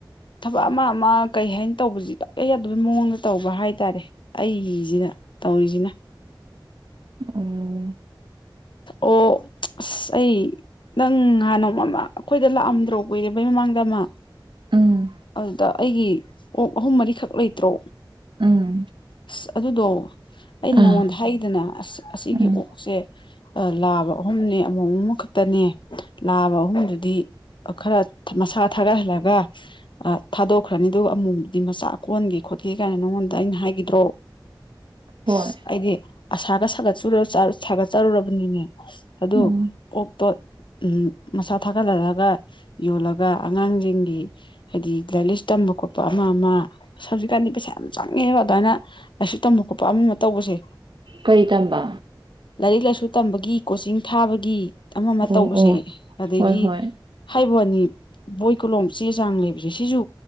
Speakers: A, on the left; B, on the right.
A: ꯊꯕꯛ ꯑꯃ ꯑꯃ ꯀꯩ ꯍꯥꯏꯟ ꯇꯧꯕꯖꯤꯗ ꯏꯌꯥ ꯌꯥꯗꯕꯩ ꯃꯑꯣꯡꯗ ꯇꯧꯕ ꯍꯥꯏꯇꯥꯔꯦ ꯑꯩꯒꯤꯖꯤꯅ ꯇꯧꯔꯤꯖꯤꯅ
B: ꯑꯣ
A: ꯑꯣ ꯑꯁ ꯑꯩ ꯅꯪ ꯉꯍꯥꯟ ꯅꯣꯡꯃ ꯑꯃ ꯑꯩꯈꯣꯏꯗ ꯂꯥꯛꯑꯝꯗ꯭ꯔꯣ ꯀꯨꯏꯔꯕꯩ ꯃꯃꯥꯡꯗ ꯑꯃ
B: ꯎꯝ
A: ꯑꯗꯨꯗ ꯑꯩꯒꯤ ꯑꯣꯛ ꯑꯍꯨꯝ ꯃꯔꯤꯈꯛ ꯂꯩꯇ꯭ꯔꯣ
B: ꯎꯝ
A: ꯑꯁ ꯑꯗꯨꯗꯣ ꯑꯩꯅ
B: ꯑꯥ
A: ꯅꯉꯣꯟꯗ ꯍꯥꯏꯒꯤꯗꯅ ꯑꯁ ꯑꯁꯤꯒꯤ
B: ꯎꯝ
A: ꯑꯣꯛꯁꯦ ꯑ ꯂꯥꯕ ꯑꯍꯨꯝꯅꯦ ꯑꯃꯣꯝ ꯑꯃ ꯈꯛꯇꯅꯦ ꯂꯥꯕ ꯑꯍꯨꯝꯗꯨꯗꯤ ꯈꯔ ꯃꯁꯥ ꯊꯥꯒꯠꯍꯜꯂꯒ ꯊꯥꯗꯣꯛꯈ꯭ꯔꯅꯤ ꯑꯗꯨꯒ ꯑꯃꯣꯝꯗꯨꯗꯤ ꯃꯆꯥ ꯀꯣꯟꯒꯦ ꯈꯣꯠꯀꯦ ꯀꯥꯏꯅ ꯅꯪꯉꯣꯟꯗ ꯑꯩꯅ ꯍꯥꯏꯒꯤꯗ꯭ꯔꯣ <unintelligible>
B: ꯍꯣꯏ
A: ꯑꯩꯗꯤ ꯑꯁꯥꯒ ꯁꯥꯒꯠꯆꯨꯔ ꯆꯥꯔ ꯁꯥꯒꯠꯆꯔꯨꯔꯕꯅꯤꯅꯦ ꯑꯗꯨ
B: ꯎꯝ
A: ꯑꯣꯛ ꯇꯣꯠ ꯑꯝ ꯃꯁꯥ ꯊꯥꯒꯠꯍꯜꯂꯒ ꯌꯣꯜꯂꯒ ꯑꯉꯥꯡꯖꯤꯡꯒꯤ ꯍꯥꯏꯗꯤ ꯂꯥꯏꯔꯤꯛ ꯂꯥꯏꯁ ꯇꯝꯕ ꯈꯣꯠꯄ ꯑꯃ ꯑꯃ ꯑꯁ ꯍꯧꯖꯤꯛꯀꯥꯟꯗꯤ ꯄꯩꯁꯥ ꯌꯥꯝ ꯆꯪꯉꯦꯕ ꯑꯗꯨꯃꯥꯏꯅ ꯂꯥꯏꯁꯨꯛ ꯇꯝꯕ ꯈꯣꯠꯄ ꯑꯃ ꯑꯃ ꯇꯧꯕꯁꯦ
B: ꯀꯔꯤ ꯇꯝꯕ
A: ꯂꯥꯏꯔꯤꯛ ꯂꯥꯏꯁꯨ ꯇꯝꯕꯒꯤ ꯀꯣꯆꯤꯡ ꯊꯥꯕꯒꯤ ꯑꯃ ꯑꯃ
B: ꯑꯣ
A: ꯇꯧꯕꯁꯦ
B: ꯑꯣ
A: ꯑꯗꯒꯤ
B: ꯍꯣꯏ ꯍꯣꯏ
A: ꯍꯥꯏꯕꯅꯤ ꯕꯣꯏ ꯀꯣꯂꯣꯝ ꯆꯦ ꯆꯥꯡ ꯂꯩꯕꯁꯦ ꯁꯤꯁꯨ